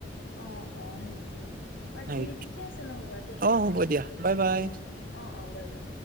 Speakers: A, on the left; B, on the right.
A: অঁ অঁ সেইটোৱে বাকী
B: হয়।
A: ঠিকে আছে নহবা দিয়া।
B: অ হ'ব দিয়া বাই বাই
A: অঁ অঁ, বাই বাই।